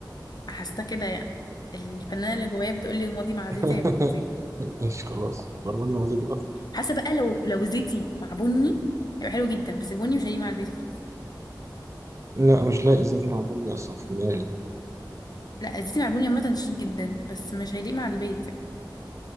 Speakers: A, on the left; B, on the right.
A: حاسه كده يعني الفنانه اللي جوايا بتقول لي رمادي مع
B: <laughs>
A: زيتي هيبقى خطير
B: ماشي خلاص برمجة لغزية دي قطع
A: حاسه بقى لو لو زيتي مع بني هيبقى حلو جدا بس البني مش هيليق مع البيت خالص
B: لا مش لاقي ازاي دي معلومة أصلا في دماغي
A: لا الزيتي مع البني عامه شيك جدا بس مش هيليق مع البيت يعني.